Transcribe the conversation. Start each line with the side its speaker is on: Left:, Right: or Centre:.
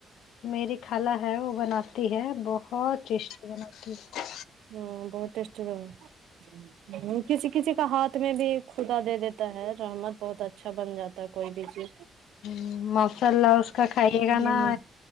Left: میری خکھلا ہے وہ بناتی ہے بہت ٹیسٹی بناتی ہے
Right: ہ بہت ٹیسٹی لگا کسی کسی کا ہاتھ میں بھی کدا دے دیتا ہے رحمت بہت اچھا بن جاتا ہے کوئی بھی چیز
Left: ہ ماشاء اللہ اس کا کھائیے
Right: ہ
Left: گا نا